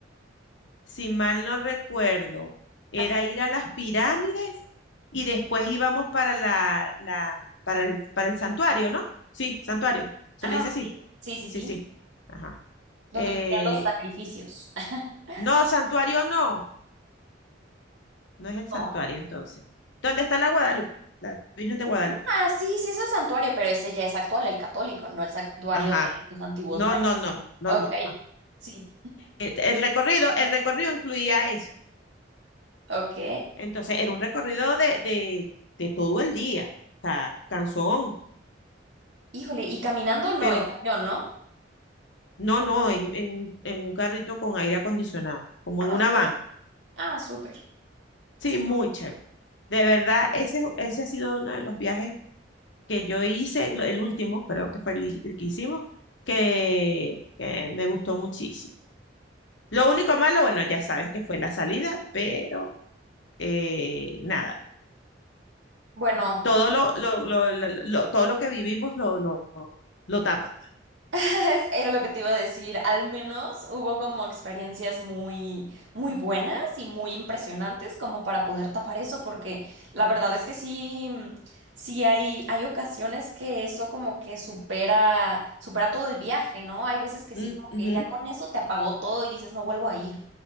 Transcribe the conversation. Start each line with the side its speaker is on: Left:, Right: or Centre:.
Left: si mal no recuerdo, era
Right: Ajá.
Left: ir a las pirámides y después íbamos para la, la, para el, para el santuario, ¿no? Sí, santuario, se
Right: Ah,
Left: le dice así.
Right: sí, sí, sí,
Left: Sí,
Right: sí,
Left: sí. Ajá.
Right: donde
Left: Eh,
Right: ocurrían los sacrificios. <laughs>
Left: no, santuario no, no es el
Right: ¿No?
Left: santuario entonces. ¿Dónde está la Guadalupe? La Virgen de Guadalupe.
Right: Ah, sí, sí es el santuario, pero ese ya es actual, el católico, no el santuario
Left: Ajá.
Right: de los antiguos
Left: No,
Right: mayas.
Left: no, no, no,
Right: Ok,
Left: no. ajá.
Right: sí,
Left: Eh, El recorrido, el recorrido incluía eso.
Right: ok.
Left: Entonces, era un recorrido de, de, de todo el día, o sea, cansón,
Right: Híjole, y caminando no,
Left: pero
Right: en camión, ¿no?
Left: No, no, en, en, en un carrito con aire acondicionado, como
Right: Ah,
Left: en una
Right: s-
Left: van.
Right: ah, súper.
Left: Sí,
Right: Sí,
Left: muy chévere. De verdad, ese, ese ha sido uno de los viajes que yo hice, lo- el último, creo que fue el, i- el que hicimos, que, que me gustó muchísimo. Lo único malo, bueno, ya sabes que fue la salida, pero eh, nada,
Right: bueno,
Left: todo lo, lo, lo- lo- lo- todo lo que vivimos lo, lo, lo tapa.
Right: <laughs> Era lo que te iba a decir, al menos hubo como experiencias muy, muy buenas y muy impresionantes como para poder tapar eso, porque la verdad es que sí, sí hay, hay ocasiones que eso como que supera, supera todo el viaje, ¿no? Hay veces que
Left: Mm,
Right: sí, como que
Left: ujú,
Right: ya con eso te apagó todo y dices, no vuelvo a ir.